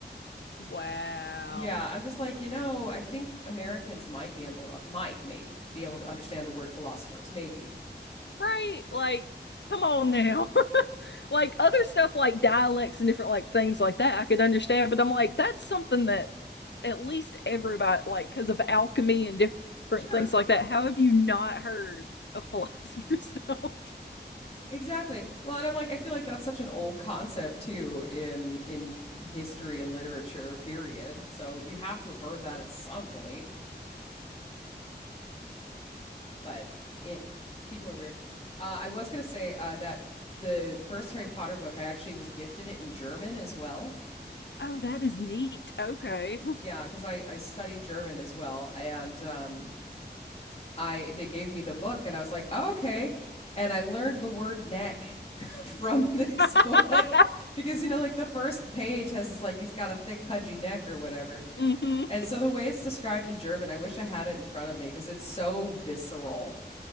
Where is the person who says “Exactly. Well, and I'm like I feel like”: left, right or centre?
Left